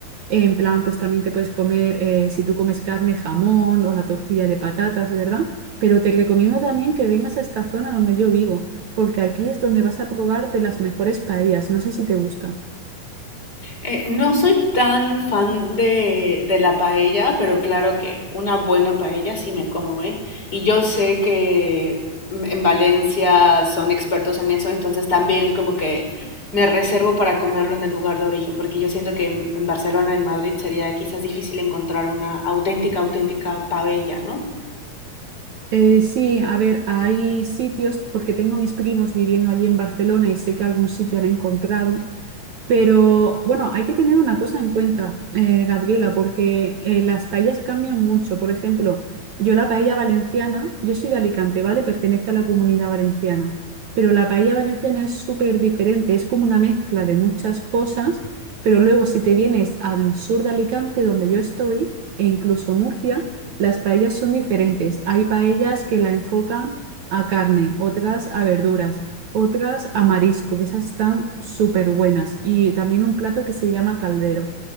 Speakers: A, on the right; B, on the left.
A: En plan, pues también te puedes comer, eh, si tú comes carne, jamón o la tortilla de patatas, ¿verdad? Pero te recomiendo también que vengas a esta zona donde yo vivo, porque aquí es donde vas a probar de las mejores paellas. No sé si te gusta.
B: Eh, no soy tan fan de, de la paella, pero claro que una buena paella sí me como, ¿eh? Y yo sé que mm, en Valencia son expertos en eso, entonces también como que me reservo para comerlo en el lugar de origen, porque yo siento que en, en Barcelona, en Madrid, sería quizás difícil encontrar una auténtica, auténtica paella, ¿no?
A: Eh, sí, a ver, hay sitios, porque tengo mis primos viviendo allí en Barcelona y sé que algún sitio han encontrado. Pero bueno, hay que tener una cosa en cuenta, eh, Gabriela, porque eh, las paellas cambian mucho. Por ejemplo, yo la paella valenciana, yo soy de Alicante, ¿vale? Pertenece a la comunidad valenciana. Pero la paella valenciana es súper diferente, es como una mezcla de muchas cosas, pero luego si te vienes al sur de Alicante, donde yo estoy, e incluso Murcia, las paellas son diferentes. Hay paellas que la enfocan a carne, otras a verduras otras a marisco, que esas están súper buenas. Y también un plato que se llama caldero.